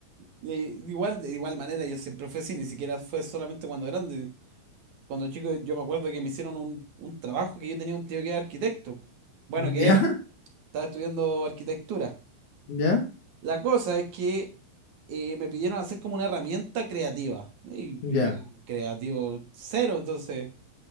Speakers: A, on the right (about 50°); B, on the left (about 55°).
A: Y igual, de igual manera, yo siempre fui así, ni siquiera fue solamente cuando grande. Cuando chico, yo me acuerdo que me hicieron un, un trabajo que yo tenía un tío que era arquitecto. Bueno, que
B: ¿Ya?
A: era, estaba estudiando arquitectura.
B: ¿Ya?
A: La cosa es que eh, me pidieron hacer como una herramienta creativa. Y,
B: ¿Ya?
A: y yo, creativo cero, entonces